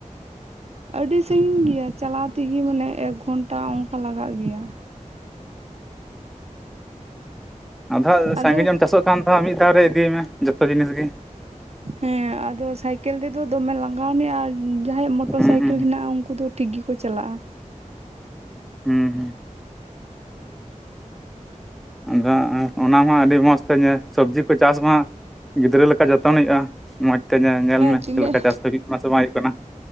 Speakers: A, on the right; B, in the centre.
A: <inaudible> ᱟᱹᱰᱤ ᱥᱟᱺᱜᱤᱧ ᱜᱮᱭᱟ ᱪᱟᱞᱟᱣ ᱛᱮᱜᱮ ᱢᱟᱱᱮ ᱮᱠ ᱜᱷᱚᱱᱴᱟ ᱚᱱᱠᱟ ᱞᱟᱜᱟᱜ ᱜᱮᱭᱟ᱾
B: ᱟᱫᱚ ᱦᱟᱸᱜ
A: ᱟᱫᱚ
B: ᱥᱟᱺᱜᱤᱧᱚᱜ ᱮᱢ ᱪᱟᱥᱚᱜ ᱠᱷᱟᱱ ᱫᱚ ᱦ ᱢᱤᱫ ᱫᱷᱟᱣ ᱨᱮ ᱤᱫᱤᱭ ᱢᱮ ᱡᱚᱛᱚ ᱡᱤᱱᱤᱥ ᱜᱮ
A: ᱦᱮᱸ ᱟᱫᱚ ᱥᱟᱭᱠᱮᱞ ᱛᱮᱫᱚ ᱫᱚᱢᱮ ᱞᱟᱸᱟᱜᱟᱣᱱᱤᱡ ᱟᱨ ᱡᱟᱦᱟᱸᱭᱟᱜ ᱢᱚᱴᱚᱨ
B: ᱦᱩᱸ
A: ᱥᱟᱭᱠᱮᱞ
B: ᱦᱩᱸ
A: ᱦᱮᱱᱟᱜᱼᱟ ᱩᱱᱠᱩ ᱫᱚ ᱴᱷᱤᱠ ᱜᱮᱠᱚ ᱪᱟᱞᱟᱜᱼᱟ
B: ᱦᱩᱸ ᱦᱩᱸ ᱟᱫᱚ ᱚᱱᱟ ᱢᱟ ᱟᱹᱰᱤ ᱢᱚᱸᱡᱽ ᱛᱮ ᱧᱮᱞ ᱥᱚᱵᱽᱡᱤ ᱠᱚ ᱪᱟᱥ ᱢᱟ ᱜᱤᱫᱽᱨᱟᱹ ᱞᱮᱠᱟ ᱡᱚᱛᱚᱱ ᱦᱩᱭᱩᱜᱼᱟ ᱢᱚᱸᱡᱽ ᱛᱮ ᱧ ᱧᱮᱞ ᱢᱮ
A: ᱛᱤᱱᱟᱹᱜ
B: ᱪᱮᱫ ᱞᱮᱠᱟ ᱪᱟᱥ ᱦᱩᱭᱩᱜ ᱠᱟᱱᱟ ᱥᱮ ᱵᱟᱝ ᱦᱩᱭᱩᱜ ᱠᱟᱱᱟ᱾